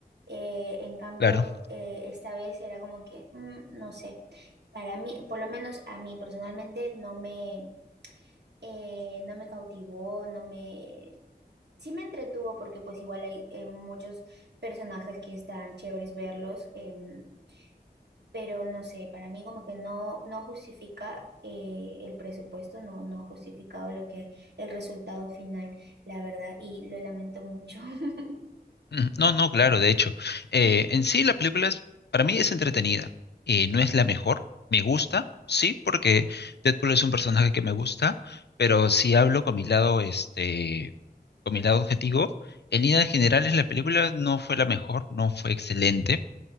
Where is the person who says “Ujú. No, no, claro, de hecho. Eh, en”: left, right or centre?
Left